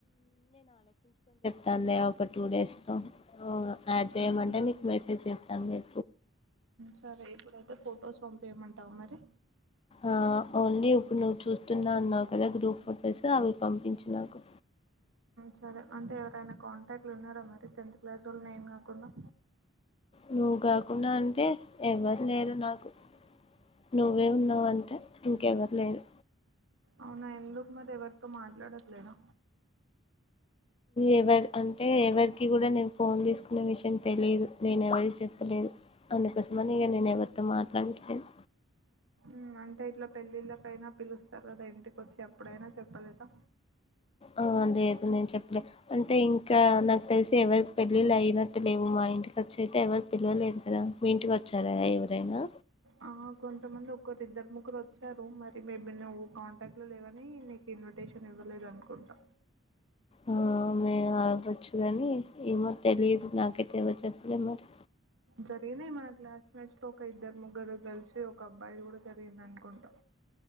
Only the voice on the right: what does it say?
మ్మ్
సరే ఇప్పుడైతే ఫొటోస్ పంపియమంటావ మరి
సరే అంటే ఎవరైనా కాంటాక్ట్లు ఉన్నారా మరి టెన్త్ క్లాస్ వాళ నేను కాకుండా
అవునా ఎందుకు మరి ఎవరితో మాట్లాడట్లేదా
ఉ అంటే ఇట్లా పెళ్ళిళ్ళకైనా పిలుస్తారు కదా ఇంటికి వచ్చి అప్పుడైనా చెప్పలేద
ఆ కొంతమంది ఒకరు ఇద్దరు ముగ్గురు వచ్చారు. మరి మేబీ నువ్వు కాంటాక్ట్లో లేవని, నీకు ఇన్విటేషన్ ఇవ్వలేద అనుకుంటా.
జరిగినయి మన క్లాస్మేట్స్ లో ఒక ఇద్దరు ముగ్గురు గర్ల్స్ ఒక అబ్బాయి కూడా జరిగింది అనుకుంటా.